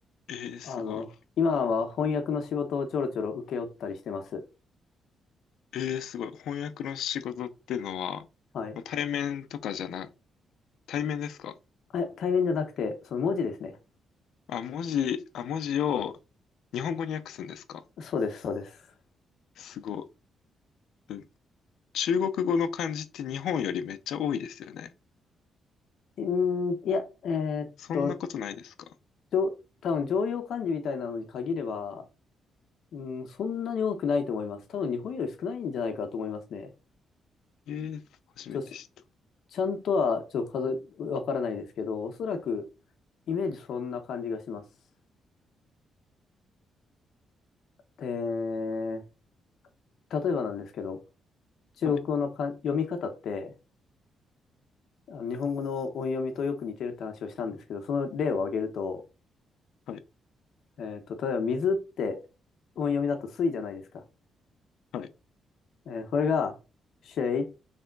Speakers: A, on the left (about 75°); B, on the left (about 55°).
A: い。えー、すごい。
B: あの、今は翻訳の仕事をちょろちょろ請け負ったりしてます。
A: えー、すごい。翻訳の仕事ってのは、
B: はい。
A: 対面とかじゃな、対面ですか
B: あ、対面じゃなくて、その文字ですね。
A: あ、文字、あ、文字を日本語に訳すんですか
B: そうです、そうです。
A: すごい。うん中国語の漢字って日本よりめっちゃ多いですよね。
B: うーん、いや、えーっと、
A: そんなことないですか
B: じょ、多分常用漢字みたいなのに限れば、うん、そんなに多くないと思います。多分日本より少ないんじゃないかと思いますね。
A: えー、初めて知った。
B: ちょ、しちゃんとはちょっと数え、わからないですけど、おそらくイメージそんな感じがします。で、例えばなんですけど、中国語のか読み方って、
A: はい、
B: あの日本語の音読みとよく似てるって話をしたんですけど、その例を挙げると、
A: はい、
B: えっと、例えば水って音読みだと水じゃないですか。
A: はい。
B: えーこれが、シェイ、